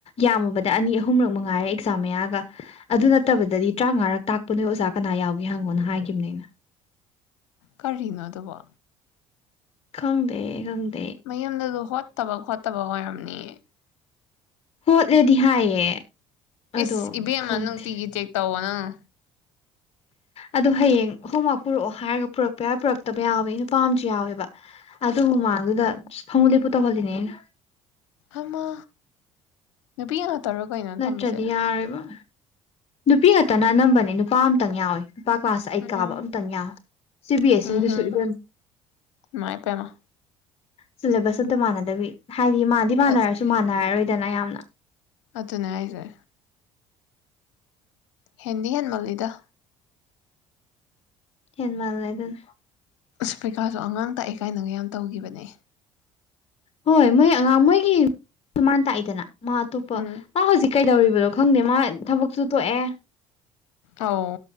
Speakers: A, on the left (about 40°); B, on the left (about 70°).
A: ꯌꯥꯝꯃꯕꯗ ꯑꯅꯤ ꯑꯍꯨꯝꯔꯛ ꯃꯉꯥꯏꯔꯦ ꯑꯦꯛꯖꯥꯝ ꯃꯌꯥꯒ ꯑꯗꯨ ꯅꯠꯇꯕꯗꯗꯤ ꯇꯔꯥꯃꯉꯥꯔꯛ ꯇꯥꯛꯄ ꯄ ꯅꯣꯏ ꯑꯣꯖꯥ ꯀꯅꯥ ꯌꯥꯎꯒꯦ ꯍꯪꯉꯣꯅ ꯍꯥꯏꯈꯤꯕꯅꯦ ꯑꯩꯅ
B: ꯀꯔꯤꯅꯣ ꯑ ꯑꯗꯨꯕꯣ
A: ꯈꯪꯗꯦ ꯈꯪꯗ
B: ꯃꯌꯨꯝꯗꯁꯨ ꯍꯣꯠꯇꯕ ꯈꯣꯠꯇꯕ ꯑꯣꯏꯔꯝꯅꯤꯌꯦ
A: ꯍꯣꯠꯂꯦꯗꯤ ꯍꯥꯏꯌꯦ ꯑꯗꯣ
B: ꯏꯁ ꯏꯕꯦꯝꯃ
A: ꯈꯪꯗꯦ
B: ꯅꯨꯡꯇꯤꯒꯤ ꯆꯦꯛ ꯇꯧꯋ ꯅꯪ
A: ꯑꯗꯣ ꯍꯌꯦꯡ ꯍꯣꯝꯋ꯭ꯔꯥꯛ ꯄꯨꯔꯛꯑꯣ ꯍꯥꯏꯔꯒ ꯄꯨꯔꯛꯄ ꯌꯥꯏ ꯄꯨꯔꯛꯇꯕ ꯌꯥꯎꯕ ꯅꯨꯄ ꯑꯃꯁꯨ ꯌꯥꯎꯋꯦꯕ ꯑꯗꯨ ꯃꯃꯥꯡꯗꯨꯗ ꯐꯃꯨ ꯂꯦꯞꯄꯨ ꯇꯧꯍꯜꯂꯤꯅꯦ ꯑꯩꯅ
B: ꯑꯃ ꯅꯨꯄꯤ ꯇꯔꯣ ꯀꯩꯅꯣ
A: ꯅꯠꯇ꯭ꯔꯗꯤ
B: ꯊꯝꯃꯤꯁꯦ
A: ꯌꯥꯔꯣꯏꯕ ꯅꯨꯄꯤ ꯉꯛꯇꯅ ꯑꯅꯝꯕꯅꯦ ꯅꯨꯄꯥ ꯑꯃꯇꯪ ꯌꯥꯎꯋꯦ ꯅꯨꯄꯥ ꯀ꯭ꯂꯥꯁꯇ ꯑꯩꯠ
B: ꯎꯝ
A: ꯀꯥꯕ ꯑꯝꯇꯪ ꯌꯥ ꯁꯤ ꯕꯤ ꯑꯦꯁ
B: ꯎꯝꯍꯨꯝ
A: ꯏꯗꯨꯁꯨ ꯏꯚꯦꯝ
B: ꯏꯃꯥꯏ ꯄꯦꯝꯃ
A: ꯁꯤꯂꯦꯕꯁ ꯑꯇ ꯃꯥꯅꯗꯕꯤ ꯍꯥꯏꯗꯤ ꯃꯥꯗꯤ
B: ꯐꯖꯔꯦ
A: ꯃꯥꯟꯅꯔꯁꯨ ꯃꯥꯟꯅꯔꯔꯣꯏ ꯗꯅ ꯌꯥꯝꯅ
B: ꯑꯗꯨꯅꯦ ꯍꯥꯏꯁꯦ ꯍꯦꯟꯗꯤ ꯍꯦꯟꯃꯜꯂꯤꯗ
A: ꯍ ꯃꯥꯜ ꯂꯩꯗꯅ
B: ꯑ ꯄ꯭ꯔꯤꯀꯥꯁꯨ ꯑꯉꯥꯡ ꯇꯥꯛꯑꯦ ꯀꯥꯏꯅꯒ ꯌꯥꯝ ꯇꯧꯈꯤꯕꯅꯦ
A: ꯍꯣꯏ ꯃꯣꯏ ꯑꯉꯥꯡ ꯃꯣꯏꯒꯤ ꯃꯥ ꯅ ꯇꯥꯛꯏꯗꯅ ꯃꯥ ꯑꯇꯨꯞꯄ
B: ꯎꯝ
A: ꯃꯥ ꯍꯧꯖꯤꯛ ꯀꯩꯗꯧꯔꯤꯕꯅꯣ ꯈꯪꯗꯦ ꯃꯥ ꯊꯕꯛꯁꯨꯨ ꯇꯣꯛꯑꯦ
B: ꯑꯥꯎ